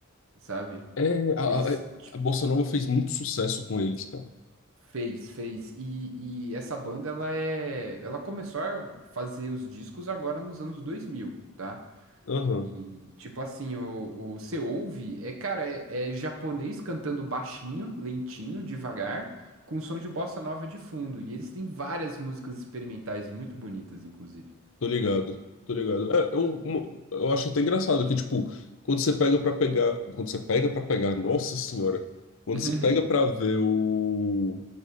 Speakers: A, on the right; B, on the left.
A: sabe?
B: é,
A: Eles
B: a, a, é,
A: tipo,
B: a Bossa Nova fez muito sucesso com eles, cara.
A: fez, fez. E, e essa banda, ela é. Ela começou a fazer os discos agora nos anos dois mil tá?
B: Aham,
A: E tipo assim, o, o você ouve, é, cara, é, é japonês cantando baixinho, lentinho, devagar, com som de bossa nova de fundo. E eles têm várias músicas experimentais muito bonitas, inclusive.
B: tô ligado, tô ligado. É, eu, uma- eu acho até engraçado que, tipo, quando você pega pra pegar. Quando você pega pra pegar, nossa senhora. Quando
A: <laughs> Uhum.
B: você pega pra ver o.